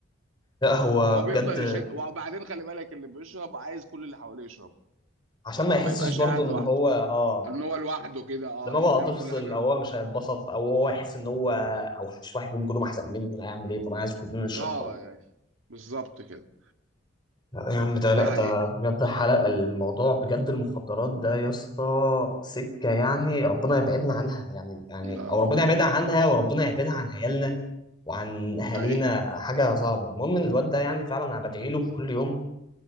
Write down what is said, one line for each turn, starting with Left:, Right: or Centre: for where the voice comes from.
Left: لا هو
Right: هو بيفضل
Left: بجد
Right: يشد وبعدين خلي بالك اللي بيشرب عايز كل اللي حواليه يشرب
Left: عشان ما يحسش
Right: ما يبقاش
Left: برضو
Right: قاعد لوحده
Left: ان هو اه
Right: ان هو لوحده كده اه
Left: دماغه
Right: يعني بيعمل
Left: هتفصل
Right: كل حاجة لوحده
Left: او هو مش هيتبسط او هو يحس ان هو او مش واحد منهم كلهم احسن مني أنا هعمل ايه طب انا عايز كلنا نشرب
Right: اه
Left: خلاص.
Right: يعني بالظبط كده
Left: لا يا عم ده
Right: ده
Left: لا
Right: حقيقة
Left: ده بجد حلقة الموضوع بجد المخدرات ده يا اسطى سكة يعني ربنا يبعدنا عنها يعني يعني
Right: اه
Left: او ربنا يبعدنا عنها وربنا يبعدها عن عيالنا وعن اهالينا
Right: ايوه
Left: حاجة صعبة المهم ان الواد ده يعني فعلا انا بدعي له كل يوم